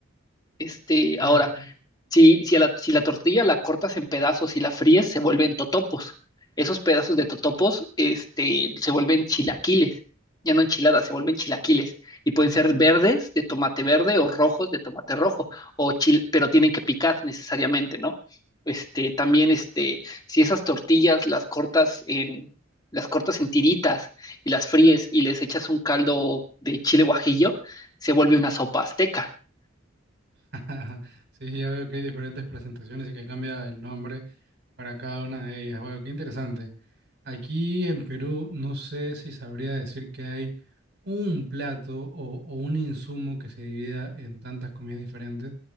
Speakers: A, on the left (about 20°); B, on the right (about 60°).
A: Este,
B: Ok,
A: ahora,
B: ok.
A: si, si, a la, si la tortilla la cortas en pedazos y la fríes, se vuelven totopos. Esos pedazos de totopos, este, se vuelven chilaquiles. Ya no enchiladas, se vuelven chilaquiles. Y pueden ser verdes de tomate verde o rojos de tomate rojo, o chil- pero tienen que picar necesariamente, ¿no? Este, también, este, si esas tortillas las cortas en, las cortas en tiritas y las fríes y les echas un caldo de chile guajillo, se vuelve una sopa azteca.
B: <laughs> Ajá. Sí, ya veo que hay diferentes presentaciones y que cambia el nombre para cada una de ellas. Bueno, qué interesante. Aquí en Perú no sé si sabría decir que hay un plato o, o un insumo que se divida en tantas comidas diferentes.